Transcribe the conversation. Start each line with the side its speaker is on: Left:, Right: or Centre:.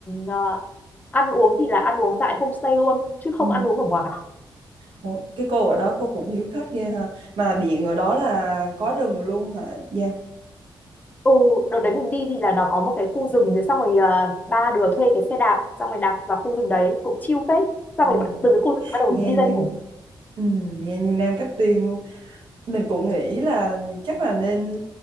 Left: ờ, ăn uống thì là ăn uống tại homestay luôn chứ không
Right: Ừ.
Left: ăn uống ở ngoài
Right: Ủa, cái cô ở đó cô cũng hiếu khách ghê ha. Mà điện ở đó là có rừng luôn hả Giang?
Left: Ừ, đợt đấy mình đi thì là nó có một cái khu rừng rồi xong rồi ờ, ba đứa thuê cái xe đạp xong rồi đạp vào khu rừng đấy cũng chill phết xong
Right: Ui,
Left: rồi bạn- từ cái khu rừng bắt đầu
Right: nghe
Left: đi
Right: như
Left: ra đường
Right: ừ, nghe như Nam Cát Tiên luôn. Mình cũng nghĩ là chắc là nên